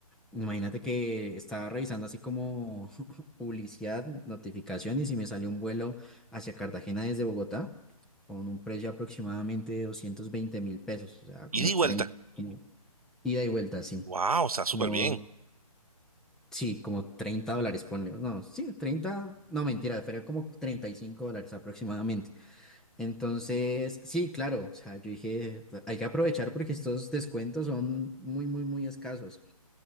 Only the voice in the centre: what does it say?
Imagínate que estaba revisando así como <laughs> publicidad, notificaciones y me salió un vuelo hacia Cartagena desde Bogotá con un precio aproximadamente de 220 mil pesos, o sea, como
30 como ida y vuelta, sí.
Como
Sí, como 30 dólares, ponle. No, sí, 30, no mentira, fue como 35 dólares aproximadamente. Entonces, sí, claro, o sea, yo dije, "Pues, hay que aprovechar porque estos descuentos son muy, muy, muy escasos.